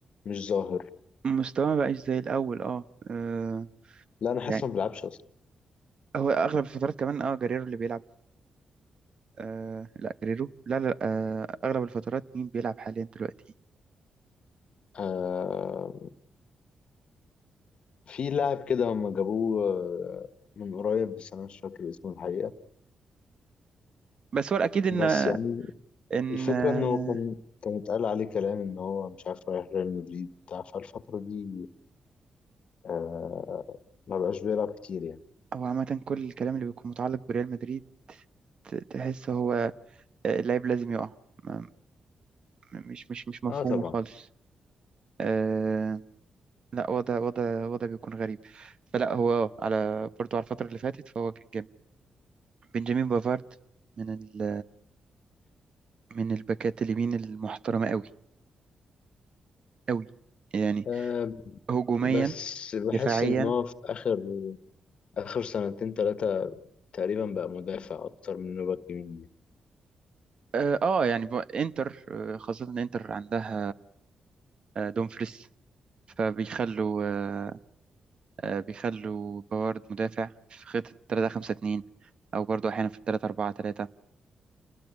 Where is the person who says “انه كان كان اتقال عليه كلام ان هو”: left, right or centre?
Left